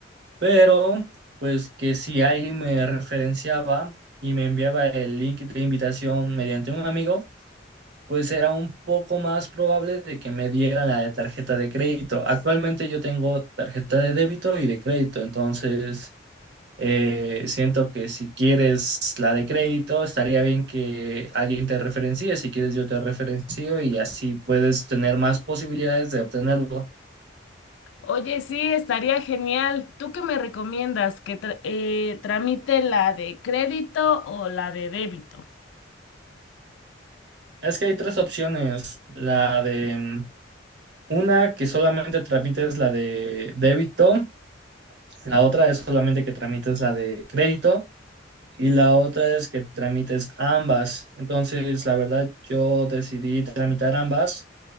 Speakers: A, on the right; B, on the left.
A: pero pues que si alguien me referenciaba y me enviaba el link de invitación mediante un amigo, pues era un poco más probable de que me dieran la de tarjeta de crédito. Actualmente yo tengo tarjeta de débito y de crédito, entonces... Eh, siento que si quieres la de crédito, estaría bien que alguien te referencie. Si quieres, yo te referencio y así puedes tener más posibilidades de obtenerlo.
B: Oye, sí, estaría genial. ¿Tú qué me recomiendas? ¿Que tra- eh, tramite la de crédito o la de débito?
A: Es que hay tres opciones. La de mm, una que solamente tramites la de débito, la otra es solamente que tramites la de crédito y la otra es que tramites ambas. Entonces, la verdad, yo decidí tramitar ambas